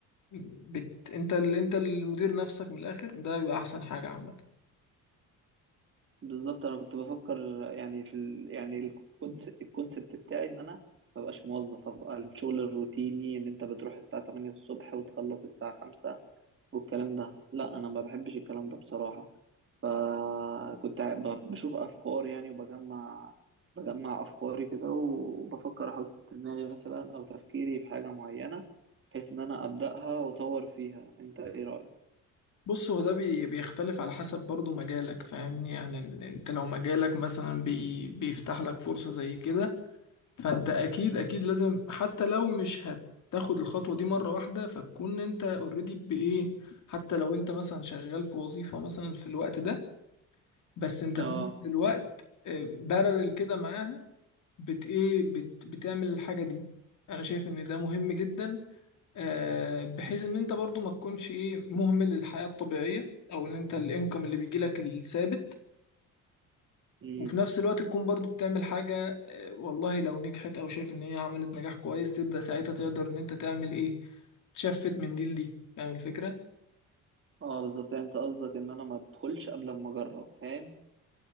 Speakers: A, on the left; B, on the right.
A: بت... انت ال... انت المدير نفسك من الاخر ده بيبقى احسن حاجه عامه
B: بالظبط انا كنت بفكر يعني في ال... يعني الكونس... الكونسبت بتاعي ان انا ما بقاش موظف ابقى الشغل الروتيني ان انت بتروح الساعه 8 الصبح وتخلص الساعه 5 والكلام ده لا انا ما بحبش الكلام ده بصراحه فكنت ع- ب- بشوف افكار يعني وبجمع بجمع افكاري كده وبفكر احط دماغي مثلا او تفكيري في حاجه معينه بحيث ان انا ابداها واطور فيها انت ايه رايك
A: بص هو ده بي بيختلف على حسب برضو مجالك فاهمني يعني ال- انت لو مجالك مثلا بي بيفتح لك فرصة زي كده فانت اكيد اكيد لازم حتى لو مش هتاخد الخطوة دي مرة واحدة فتكون انت اوريدي بايه حتى لو انت مثلا شغال في وظيفة مثلا في الوقت ده بس انت
B: اه
A: في نفس الوقت بارل كده معاها بت ايه بت بتعمل الحاجة دي انا شايف ان ده مهم جدا آه، بحيث ان انت برضو ما تكونش ايه مهمل للحياة الطبيعية او ان انت الانكم اللي بيجي لك الثابت
B: امم
A: وفي نفس الوقت تكون برضو بتعمل حاجة آه، والله لو نجحت او شايف ان هي عملت نجاح كويس تبدأ ساعتها تقدر ان انت تعمل ايه تشفت من دي لدي فاهم الفكرة
B: اه بالظبط يعني انت قصدك ان انا ما ادخلش قبل ما اجرب فاهم